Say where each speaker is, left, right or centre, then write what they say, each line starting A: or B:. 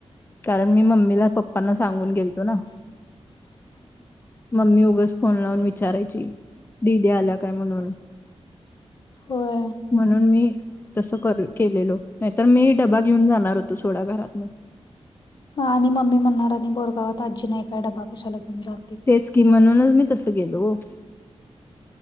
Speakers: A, on the left (about 20°); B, on the left (about 40°).
A: कारण मी मम्मीला पप्पांना सांगून गेलतो ना मम्मी उगच फोन लाव म विचारायची दीदी आल्या काय म्हणून?
B: होय
A: म्हणून मी तसं कर केलेलो नाही तर मी डबा घेऊन जाणार होतो सोडा घरात
B: आणि मम्मी म्हणणार आणि बोरगावात आजी नाही काय डबा कशालागेन जा
A: तेच की म्हणूनच मी तस गेलो हो